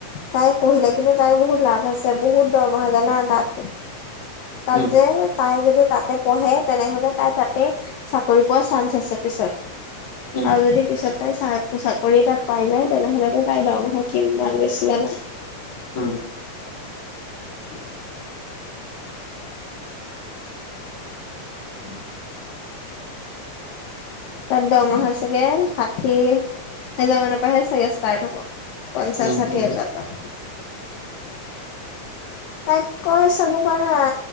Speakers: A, on the left; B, on the left.
A: তাই পঢ়িলে কিন্তু তাইৰ বহুত লাভ আছে বহুত দৰমহা জানা তাত। তাত
B: উম,
A: যে তাই যদি তাতে পঢ়ে তেনেহলে তাই তাতে চাকৰি পোৱা চান্স আছে। পিছত
B: উম,
A: আৰু যদি পিছত তাই চা চাকৰি তাত পাই যায় তেনেহলেতো তাই দৰমহা কিমান গৈছিলে না।
B: উম। <inaudible> উম <inaudible>
A: তাত দৰমহা চাগে চাঠি হেজাৰ মানৰ পৰাহে চাগে ষ্টাৰ্ট হ'ব। পঞ্চাছ
B: উম,
A: ষাঠী
B: উম,
A: হাজাৰ পৰা। তাইক কৈ চাব পাৰা